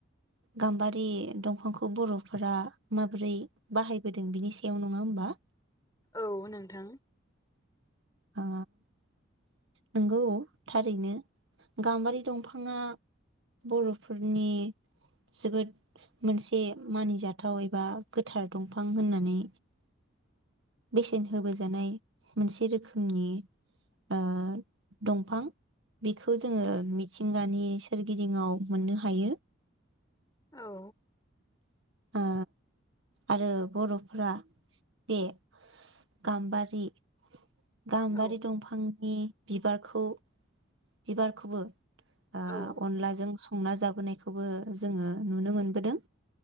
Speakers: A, on the right; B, on the left.
A: गाम्बारि दंफांखौ बर'फोरा माबोरै बाहायबोदों बिनि सायाव नङा होमबा?
B: औ नोंथां।
A: ओ नोंगौ थारैनो। गाम्बारि दंफाङा बर'फोरनि जोबोद मोनसे मानिजाथाव एबा गोथार दंफां होन्नानै बेसेन होबोजानाय मोनसे रोखोमनि ओ दंफां। बेखौ जोङो मिथिंगानि सोरगिदिङाव मोन्नो हायो।
B: औ।
A: ओ आरो बर'फोरा बे गाम्बारि गाम्बारि
B: औ
A: दंफांनि बिबारखौ बिबारखौबो ओ
B: औ
A: अनलाजों संना जा बोनायखौबो जोङो नुनो मोनबोदों।